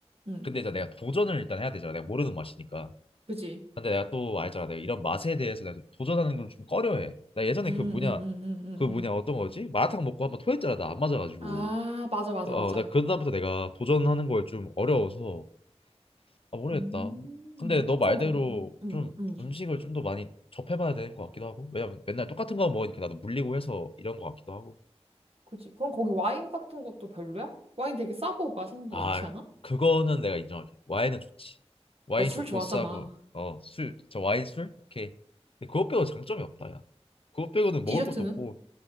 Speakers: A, on the right; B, on the left.
A: 응,
B: 근데 이제 내가 도전을 일단 해야 되잖아. 내가 모르는 맛이니까.
A: 그지?
B: 근데 내가 또 알잖아. 내가 이런 맛에 대해서 내가 좀 도전하는 걸 좀 꺼려해. 나 예전에
A: 응, 응,
B: 그 뭐냐,
A: 응, 응, 응,
B: 그 뭐냐
A: 응.
B: 어떤 거지? 마라탕 먹고 한번 토했잖아. 나 안 맞아가지고.
A: 아, 맞아, 맞아,
B: 그, 어,
A: 맞아.
B: 나 그다음부터 내가 도전하는 걸 좀 어려워서 아 모르겠다.
A: 음,
B: 근데 너 말대로
A: 그럼 거, 응, 응,
B: 좀
A: 응.
B: 음식을 좀 더 많이 접해봐야 되는 것 같기도 하고. 왜냐면 맨날 똑같은 거 먹으니까 나도 물리고 해서 이런 것 같기도 하고.
A: 그지? 그럼 거기 와인 같은 것도 별로야? 와인 되게 싸고 맛있는 거
B: 아
A: 많지 않아?
B: 그거는 내가 인정할게. 와인은 좋지. 와인
A: 너 술
B: 좋고
A: 좋아하잖아.
B: 싸고 어 술, 저 와인 술 오케이. 근데 그것 빼고 장점이 없다 야. 그것 빼고는 먹을
A: 디저트는?
B: 것도 없고